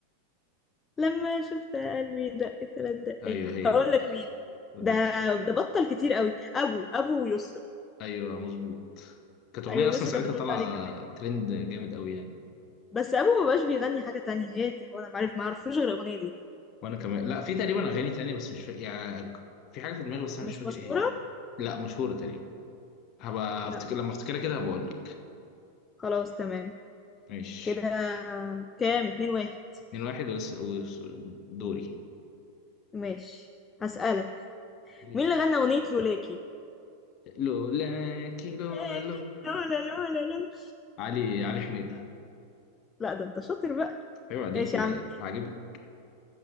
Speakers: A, on the left; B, on the left.
A: لما شفت قلبي دق تلات دقات
B: ايوه هي
A: هقول
B: دي
A: لك مين
B: قولي
A: ده
B: لي
A: ده بطل كتير قوي ابو ابو ويسرا
B: ايوه مظبوط كانت اغنيه
A: ايوه
B: اصلا
A: يسرا
B: ساعتها
A: كانت بترد
B: طالعه
A: عليه كمان
B: ترند جامد قوي يعني
A: بس ابو ما بقاش بيغني حاجه تانية هي هو انا معرف ما اعرفوش غير الاغنيه دي
B: وانا كمان لا في تقريبا اغاني تانية بس مش فاكر يعني في حاجه في دماغي بس انا
A: مش
B: مش فاكر
A: مشهوره
B: ايه هي لا مشهوره تقريبا هبقى
A: لا
B: افتكر
A: ما-
B: لما افتكرها كده هبقول لك
A: خلاص تمام
B: ماشي
A: كده كام اتنين واحد
B: اتنين واحد ولس... وس- دوري
A: ماشي هسألك
B: سؤالين.
A: مين اللي غنى اغنيه لولاكي
B: لولاكي لولا
A: لولاكي
B: لولا لولا.
A: لولا لولا لولا
B: علي علي حميدة
A: لا ده انت شاطر بقى
B: ايوه عليكي
A: ماشي يا
B: ده
A: عم
B: عاجبك